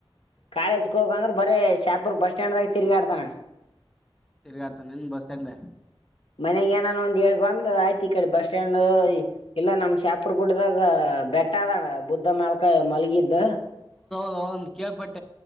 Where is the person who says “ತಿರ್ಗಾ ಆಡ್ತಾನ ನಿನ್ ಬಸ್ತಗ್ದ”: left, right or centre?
Centre